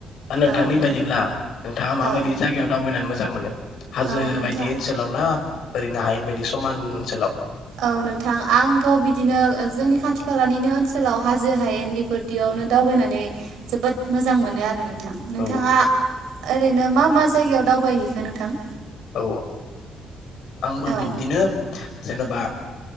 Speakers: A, on the left; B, on the right.
A: दा नोंथांनि
B: औ नोंथां
A: बायदिब्ला नोंथाङा माबायदि
B: औ
A: जायगायाव दावबायनानै मो मोजां मोनो हाजो
B: औ नोंथां
A: बायदि ओनसोलाव ना ओरैनो हायेन बायदि समान ओनसोलाव
B: औ नोंथां आंथ' बिदिनो जोंनि खाथि खालानिनो ओनसोलाव हाजो हायेन बेफोरदियावनो दावबायनानै जोबोद मोजां मोनो आरो नों थां
A: औ
B: नोंथाङा ओरैनो मा मा जायगायाव दावबायहैखो नोंथां
A: औ आंबो
B: औ
A: बिब्दिनो जेनेबा